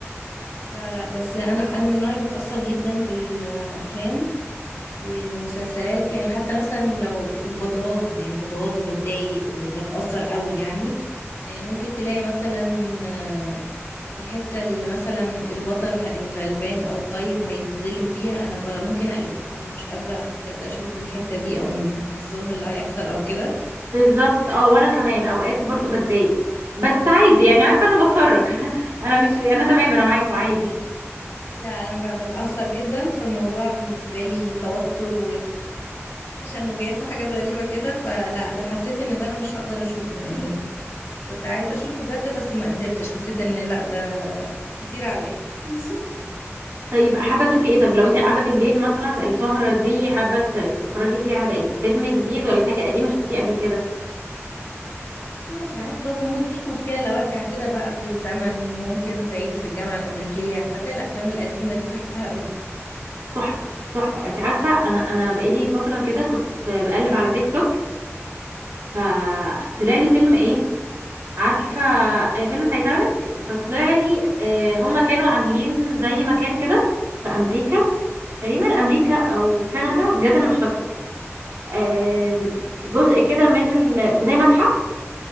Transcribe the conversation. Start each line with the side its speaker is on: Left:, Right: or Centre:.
Left: لا لا بس انا انا من النوع اللي بيتأثر جدا بالافلام والمسلسلات يعني حتى مثلا لو وبتغاظ يعني بتغاظ وبتضايق وبتأثر قوي يعني يعني ممكن تلاقي مثلا آه، الحتة اللي مثلا البطل ه- الغلبان أو الطيب هيتظلم فيها أنا ب- ممكن أقلب فاهمة أنا مش قادرة بجد أشوف الحتة دي أو الظلم اللي هيحصل أو كده
Right: بالظبط
Left: آه،
Right: اه وانا كمان اوقات برضو بتضايق بس عادي يعني عارفه انا بتفرج <laughs> انا مش انا تمام انا معاكوا عادي
Left: لا انا ب- بتأثر جدا في موضوع بالنسبة لي توتر وتشنجات وحاجات غريبة كده فلا لا حسيت ان ده انا مش هقدر اشوفه يعني كنت عايز اشوفه بجد بس ما قدرتش حسيت ان لا ده كتير عليا <laughs>
Right: طيب حابة تشوفي ايه طب لو انت قاعدة بالليل مثلا السهرة دي حابة ت- تتفرجي فيها على ايه فيلم جديد ولا حاجة قديمة شفتيه قبل كده
Left: عارفة ساعات برضه ممكن مفيش مشكلة لو ارجع كده بقى بالزمن ممكن صعيدي في الجامعة الأمريكية فاكرة الأفلام القديمة دي بحبها قوي
Right: تحفة تحفة انت عارفة انا انا بقالي فترة كده كنت بقلب على تيك توك فطلع لي فيلم ايه عارفة آه، فيلم تايتانيك فطلع لي آه، هما كانوا عاملين زي مكان كده في امريكا تقريبا امريكا او كندا بجد انا مش فاكرة آم، جزء كده من ال... زي متحف